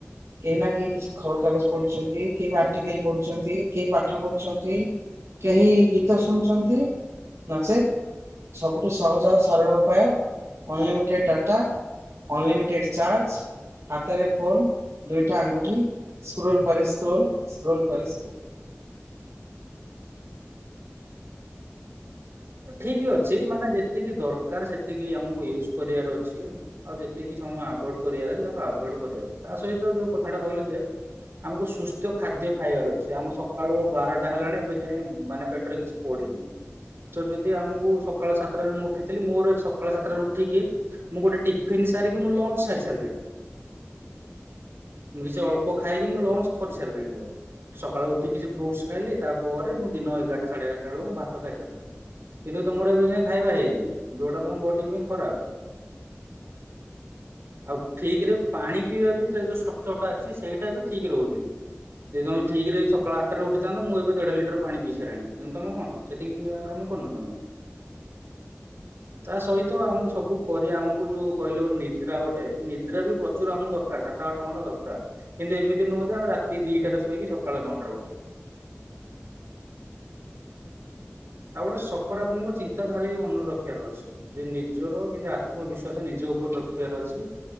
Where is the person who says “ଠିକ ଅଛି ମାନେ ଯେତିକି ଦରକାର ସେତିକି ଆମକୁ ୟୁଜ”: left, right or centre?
Right